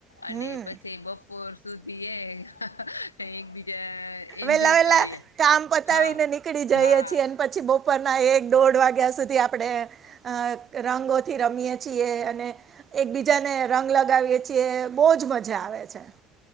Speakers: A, on the right (about 35°); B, on the left (about 85°).
A: હમ
B: અને પછી બપોર સુધી પીએ <inaudible> એકબીજા એન્જોય
A: વેલા વેલા
B: કરીએ,
A: કામ પતાવીને
B: હા,
A: નીકળી જઈએ
B: હા
A: છીએ અને પછી બપોરના એક દોઢ વાગ્યા સુધી આપણે અ રંગોથી રમીએ છીએ અને એકબીજાને રંગ લગાવીએ છીએ, બહુજ મજા આવે છે.